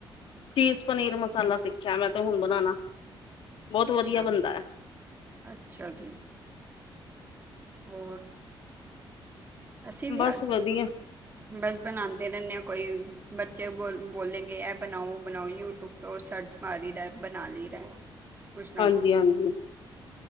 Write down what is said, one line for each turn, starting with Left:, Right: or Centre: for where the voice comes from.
Left: ਚੀਜ਼ ਪਨੀਰ ਮਸਾਲਾ ਸਿੱਖਿਆ ਮੈਂ ਤੇ ਹੁਣ ਬਣਾਉਣਾ। ਬਹੁਤ
Right: ਅੱਛਾ,
Left: ਵਧੀਆ ਬਣਦਾ ਹੈ।
Right: ਅੱਛਾ ਜੀ। ਹੋਰ। ਅਸੀਂ ਵੀ
Left: ਬਸ
Right: ਅੱਜ
Left: ਵਧੀਆ,
Right: ਬਸ ਬਣਾਦੇ ਰਹਿੰਦੇ ਆ ਕੋਈ ਬੱਚੇ ਬੋਲ ਬੋਲੇਗੇ ਇਹ ਬਣਾਓ ਉਹ ਬਣਾਓ ਯੂਟਿਊਬ। ਤੋ ਸਰਚ ਮਾਰੀਦਾ ਬਣਾ ਲਈਦਾ ਕੁਛ ਨਾ
Left: ਹਾਂਜੀ,
Right: ਕੁਛ।
Left: ਹਾਂਜੀ।